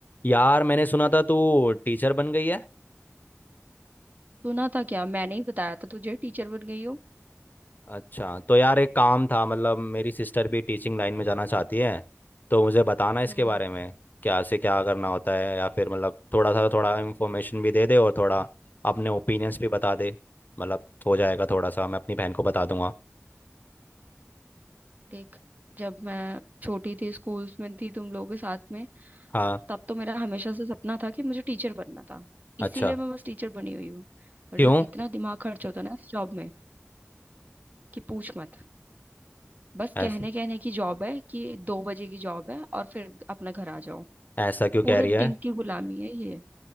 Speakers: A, on the left (about 40°); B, on the right (about 35°).
A: यार मैंने सुना था तू टीचर बन गई है
B: सुना था क्या मैंने ही बताया था तुझे टीचर बन गई हो
A: अच्छा तो यार एक काम था मतलब मेरी सिस्टर भी टीचिंग लाइन में जाना चाहती है तो मुझे बताना इसके
B: हम्म
A: बारे में क्या से क्या करना होता है या फिर मतलब थोड़ा सा थोड़ा इन्फॉर्मेशन भी दे दे और थोड़ा अपने ओपिनियंस भी बता दे मतलब हो जाएगा थोड़ा सा मैं अपनी बहन को बता दूंगा
B: देख जब मैं छोटी थी स्कूल्स में थी तुम लोगों के साथ में
A: हाँ
B: तब तो मेरा हमेशा से सपना था कि मुझे टीचर बनना था
A: अच्छा
B: इसीलिए मैं बस टीचर बनी हुई हूँ वरना
A: क्यों
B: इतना दिमाग खर्च होता ना इस जॉब में कि पूछ मत बस
A: ऐस,
B: कहने कहने की जॉब है कि दो बजे की जॉब है और फिर अपना घर आ जाओ
A: ऐसा क्यों कह
B: पूरे
A: रही है
B: दिन की गुलामी है ये